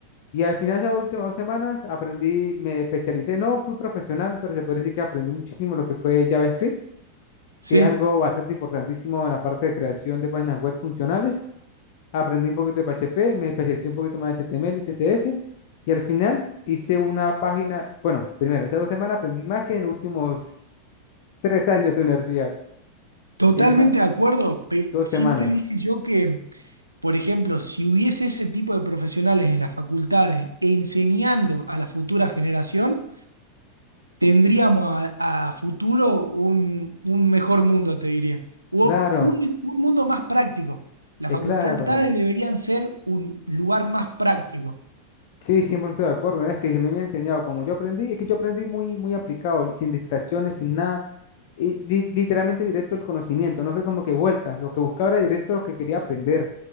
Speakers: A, on the left; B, on the right.
A: Y al final de esas últimas dos semanas aprendí, me especialicé, no fui profesional, pero se puede decir que aprendí muchísimo lo que fue JavaScript,
B: Sí,
A: que es algo bastante importantísimo en la parte de creación de páginas web funcionales. Aprendí un poquito de PHP, me especialicé un poquito más en HTML y CSS. Y al final hice una página, bueno, primero, estas dos semanas aprendí más que en los últimos tres años de universidad.
B: totalmente
A: En esas
B: de acuerdo. Pe-
A: dos
B: Siempre
A: semanas.
B: dije yo que, por ejemplo, si hubiese ese tipo de profesionales en las facultades enseñando a la futura generación, tendríamos a, a futuro un, un mejor mundo, te diría. O
A: Claro,
B: un, un mundo más práctico. Las
A: es
B: facultades
A: claro.
B: deberían ser un lugar más práctico.
A: Sí, 100% de acuerdo. Es que se me había enseñado como yo aprendí, es que yo aprendí muy, muy aplicado, li- sin distracciones, sin nada, y li- literalmente directo el conocimiento, no fue como que vueltas, lo que buscaba era directo lo que quería aprender.